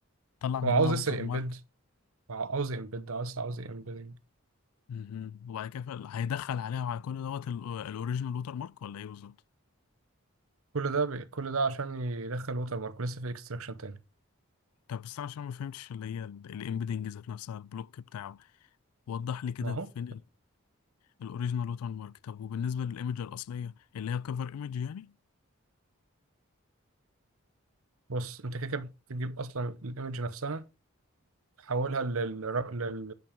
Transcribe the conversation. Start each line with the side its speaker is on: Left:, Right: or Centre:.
Left: طلع منها
Right: هو عاوز
Left: ووتر
Right: لسه
Left: مارك
Right: امبيد عاوز امبيد عاوز عاوز امبيدنج
Left: مهم. وبعد كده فال- هيدخل عليها وعلى كل دوت الاوريجينال ووتر مارك ولا ايه بالظبط
Right: كل ده بي... كل ده عشان يدخل ووتر مارك لسه في اكستراكشن تاني
Left: طب بس انا عشان ما فهمتش اللي هي الامبيدنج ذات نفسها البلوك بتاعه وضح لي كده
Right: اهو
Left: فين الاوريجينال ووتر مارك طب وبالنسبه للايمج الاصليه اللي هي كفر ايمج يعني
Right: بص انت كده كده بتجيب اصلا الايمج نفسها تحولها لل... لل...